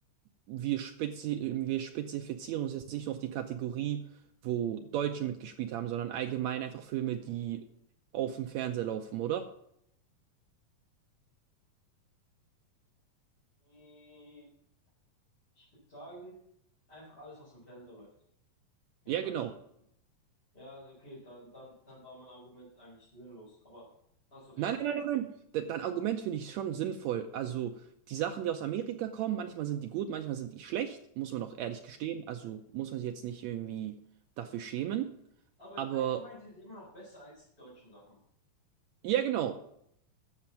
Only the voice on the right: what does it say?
wir, spezi wir spezifizieren uns jetzt nicht nur auf die Kategorie, wo Deutsche mitgespielt haben, sondern allgemein einfach Filme, die auf dem Fernseher laufen, oder?
Ja,
genau.
Nein, nein, nein, nein. nein. dein Argument finde ich schon sinnvoll. Also die Sachen, die aus Amerika kommen, manchmal sind die gut, manchmal sind die schlecht, muss man auch ehrlich gestehen. Also muss man sich jetzt nicht irgendwie dafür schämen.
Aber
ja, genau,